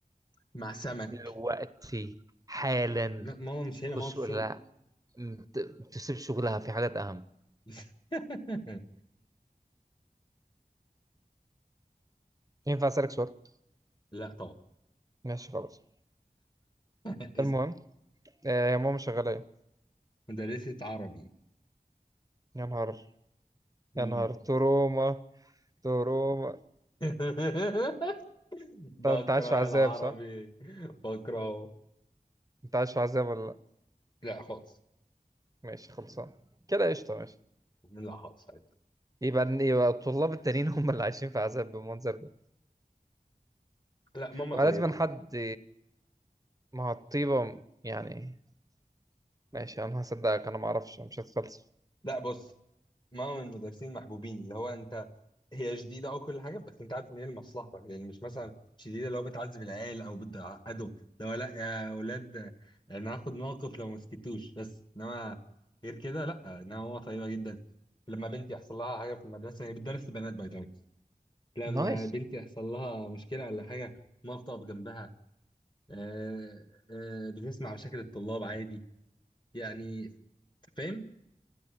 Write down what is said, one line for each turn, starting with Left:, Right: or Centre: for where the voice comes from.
Left: مع سمك
Right: دلوقتي حالا
Left: لا ماما مش هنا
Right: خش
Left: ماما في الشغل
Right: قول لها ما ت- ما تسيبش شغلها في حاجات اهم
Left: <laughs>
Right: ينفع اسالك سؤال
Left: لا طبعا
Right: ماشي خلاص
Left: <laughs>
Right: المهم
Left: اسال
Right: آه، يا ماما شغالة ايه؟
Left: مدرسة عربي
Right: يا نهار
Left: مم.
Right: يا نهار تروما تروما
Left: <laughs>
Right: انت
Left: بكره
Right: انت عايش في عذاب
Left: العربي
Right: صح؟
Left: بكرهه
Right: انت عايش في عذاب ولا لا؟
Left: لا خالص
Right: ماشي خلصان كده قشطة ماشي
Left: لا خالص عادي.
Right: يبقى يبقى الطلاب التانيين هم اللي عايشين في عذاب بالمنظر ده
Left: لا ماما
Right: ولازم
Left: طيبة
Right: حد مع الطيبة يعني ماشي انا هصدقك انا ما اعرفش أنا مش هتفلسف
Left: لا بص ما من المدرسين محبوبين اللي هو انت هي شديده او كل حاجه بس انت عارف ان هي لمصلحتك يعني مش مثلا شديده اللي هو بتعذب العيال او بتعقدهم لو لا يا اولاد انا هاخد موقف لو ما سكتوش بس انما غير كده لا انما هو طيبه جدا لما بنتي يحصل لها حاجه في المدرسه هي بتدرس البنات باي ذا لما
Right: نايس
Left: بنتي يحصل لها مشكله ولا حاجه ما بتقف جنبها آه، آه، بتسمع مشاكل الطلاب عادي يعني فاهم